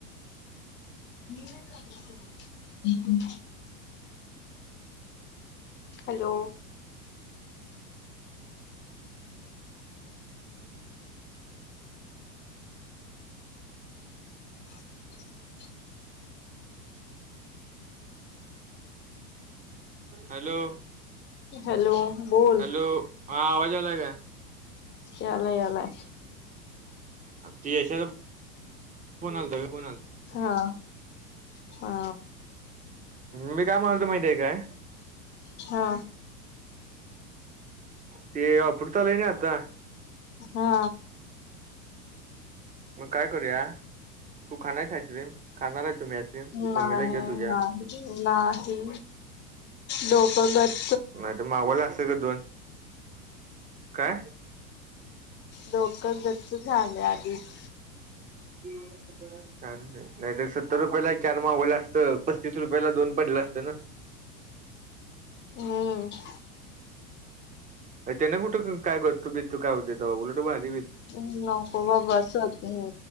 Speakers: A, on the left; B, on the right.
A: म <unintelligible> हम हॅलो हो <unintelligible>
B: हॅलो
A: हॅलो, बोल
B: हॅलो हा आवाज आलाय काय
A: यालाय, यालाय
B: ते यशा कोण आलत का कोण आलत-
A: हा हा
B: मी काय म्हणालो माहिती आहे काय
A: हा
B: ते अपडता आलई न आता
A: हा
B: मग काय करूया तू खानार आईस्क्रीम खाणार आहे तुम्ही आईस्क्रीम
A: नाही
B: मम्मीला घे तुझ्या
A: नाही नाही डोकगत
B: नाही तर मागवलअसत ग दोन काय
A: डोकं गच्च झालं आधीच
B: ान <unintelligible> सत्तर रुपयाला चार मावलं असतं पस्तीस रुपयाला दोन पडलं असतं ना
A: हम्म <unintelligible>
B: त्या ना कुठं कायतू बू काय होते ते बाघलाटं भारी बेली <unintelligible>
A: हम् नको बाबा अस् ोकरु